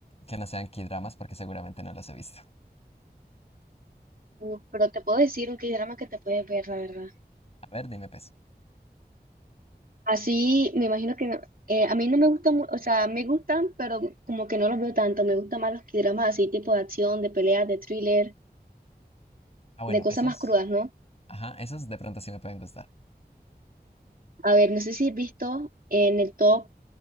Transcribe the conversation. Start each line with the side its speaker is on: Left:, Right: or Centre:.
Left: que no sean K-dramas? Porque seguramente no las he visto.
Right: uf, pero te puedo decir un drama que te puedes ver, la verdad.
Left: A ver, dime pues.
Right: Así, me imagino que no- eh, a mí no me gustan, mu- o sea, me gustan, pero como que no los veo tanto. Me gustan más los dramas así, tipo de acción, de peleas, de thriller,
Left: Ah, bueno,
Right: de cosas
Left: esos.
Right: más crudas, ¿no?
Left: Ajá, esos de pronto sí me pueden gustar.
Right: A ver, no sé si has visto en el top